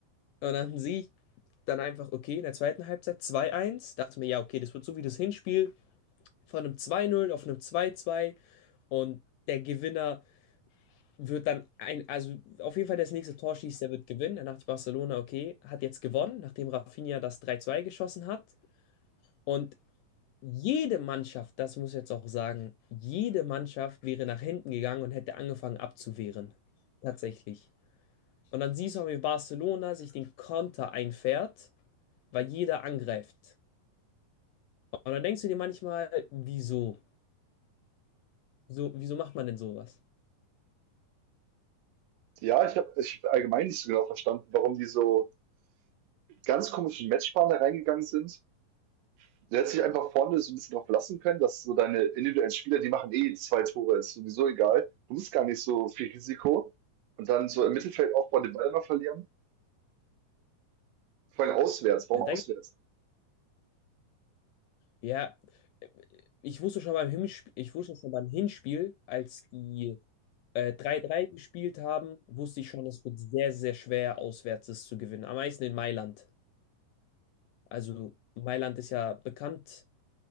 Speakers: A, on the left; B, on the right.
A: dann sehe ich dann einfach, okay, in der zweiten Halbzeit zwei eins dachte mir, ja, okay, das wird so wie das Hinspiel von einem zwei null auf einem zwei zwei und der Gewinner wird dann ein, also auf jeden Fall das nächste Tor schießt, der wird gewinnen. Dann dachte Barcelona, okay, hat jetzt gewonnen, nachdem Rafinha das 3-2 geschossen hat. Und jede Mannschaft, das muss ich jetzt auch sagen, jede Mannschaft wäre nach hinten gegangen und hätte angefangen abzuwehren. Tatsächlich. Und dann siehst du auch, wie Barcelona sich den Konter einfährt, weil jeder angreift. Und dann denkst du dir manchmal, wieso? So, wieso macht man denn sowas?
B: Ja, ich habe ich hab allgemein nicht so genau verstanden, warum die so mit ganz komischen Matchplan da reingegangen sind. du hättest dich einfach vorne so ein bisschen drauf verlassen können, dass so deine individuellen Spieler, die machen eh zwei Tore, ist sowieso egal. Du musst gar nicht so viel Risiko. Und dann so im Mittelfeld aufbauen, den Ball immer verlieren. Vor allem auswärts. Warum
A: Da
B: auswärts?
A: gibt Ja, ich wusste schon beim Hinspiel, ich wusste schon beim Hinspiel, als die äh, 3-3 gespielt haben, wusste ich schon, es wird sehr, sehr schwer, auswärts es zu gewinnen. Am meisten in Mailand. Also Mailand ist ja bekannt